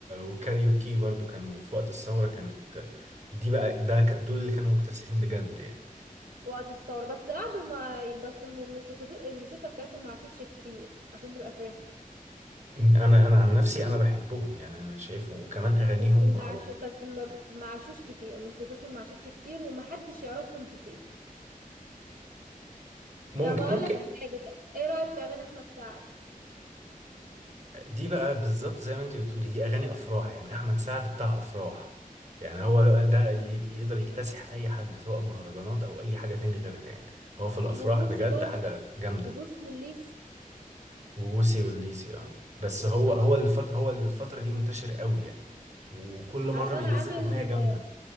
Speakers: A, on the right; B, on the right.
A: وكاريوكي برضو كانوا في وقت الثورة كانت دي بقى ده ك- دول اللي كانوا مكتسحين بجد يعني
B: وقت الثورة بس قعدوا ما بس م- موسيقى- الموسيقى بتاعتهم ما عاشتش كتير عشان تبقى فاهم
A: أنا أنا عن نفسي أنا بحبهم يعني أنا شايفه وكمان أغانيهم
B: بس ما
A: على
B: عاش... بس ما ما عاشوش كتير موسيقتهم ما عاشتش كتير ومحدش يعرفهم كتير
A: ممكن
B: طب هقول
A: ممكن
B: لك على حاجة ايه رأيك في اغاني احمد سعد؟
A: دي بقى بالظبط زي ما انت بتقولي دي اغاني افراح يعني احمد سعد بتاع افراح يعني هو ده اللي يقدر يكتسح اي حد سواء مهرجانات او اي حاجه تاني غيرها يعني هو في الافراح
B: وبوسي
A: بجد
B: برضه
A: حاجه جامده
B: وبوسي والليسي
A: ووسي والليسي اه بس هو
B: اه
A: هو اللي فت... هو اللي الفتره دي منتشر قوي يعني وكل مره
B: عشان
A: بينزل
B: عمل
A: اغنيه جامده